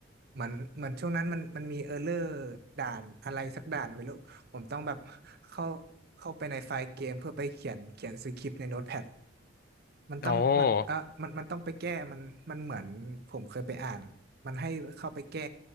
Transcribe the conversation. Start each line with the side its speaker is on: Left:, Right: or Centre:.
Right: มันเหมือนช่วงนั้นมันมันมีเออร์เลอร์ด่านอะไรสักด่านไม่รู้ผมต้องแบบเข้าเข้าไปในไฟล์เกมเพื่อไปเขียนเขียนสคริปต์ในโน้ตแพดมันต้องมันเออมันมันต้องไปแก้มันมันเหมือนผมเคยไปอ่านมันให้เข้าไปแก้
Left: โอ้